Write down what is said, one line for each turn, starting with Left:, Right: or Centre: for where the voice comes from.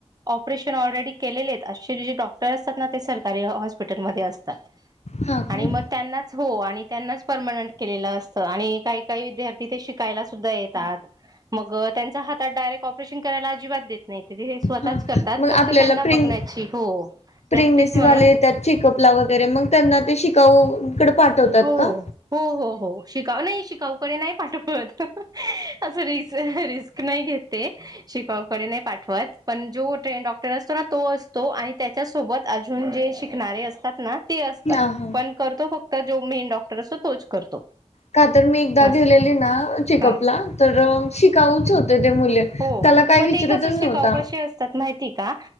Right: ऑपरेशन ऑलरेडी असेे डॉक्टर असतात ना ते सरकारी हॉस्पिटलमध्ये असतात
Left: हा काण
Right: आणि मग त्यांनाच हो आणि त्यांनाच परर्मनंट केलेलं असतं आणि काही काही विद्यार्थी ते शिकायला सुद्धा येतात मग त्यांच्या हात डायरेक्ट ऑपरेशन करायला अजिबात देत नाही स्वतःच
Left: हां
Right: करतात
Left: मग
Right: फक्त
Left: आपल्याला
Right: त्यांना
Left: प्रेग
Right: बघण्याची हो
Left: प्रेग्नेसीवाले
Right: प्रॅक्टिस म्हणून
Left: येतात चेकअपला वगैरे मग त्यांना ते शिकाव तकड पाठवतात
Right: हो
Left: का
Right: हो हो हो शिकाव नाही शिकाऊकडे नाही पाठवत अस रिस् रिस्क नाही घेते शिकावकडे नाही पाठवत पण जो ट्रेन डॉक्टर असतो ना तो असतो आणि त्याच्यासोबत अजून जे शिकणारे असतात ना ते असतात
Left: हां हां.
Right: पण करतो फक्त जो मेन डॉक्टर असतो तोच करतो
Left: का तर मी एकदा
Right: असं
Left: गेलेली
Right: आहे
Left: ना चेकअपला
Right: हा
Left: तर शिकावूच होते ते मुले
Right: हो
Left: त्याला
Right: मग
Left: काय विचारतच
Right: ते शिकाऊ
Left: नव्हता
Right: कसे असतात माहीत आहे का